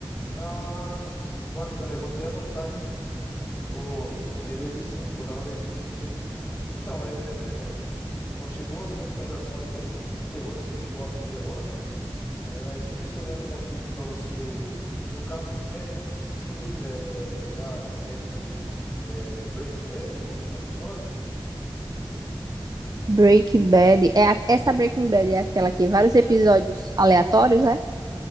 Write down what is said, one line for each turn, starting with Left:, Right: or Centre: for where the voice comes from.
Left: Ah, s- que bacana. Eu vou até anotar aqui. Eu vou, vou querer ver sim, vou dar uma olhadinha aqui sim. Então, é... eu achei boas essas recomendações aí, de terror, principalmente eu gosto de terror. É, mas deixa eu ver se eu lembro um aqui para você. No caso, série, você assistiu é, já a série é, Breaking Bad ou Game of Thrones?
Right: Breaking Bad, é a- essa Breaking Bad é aquela que vários episódios aleatórios, é?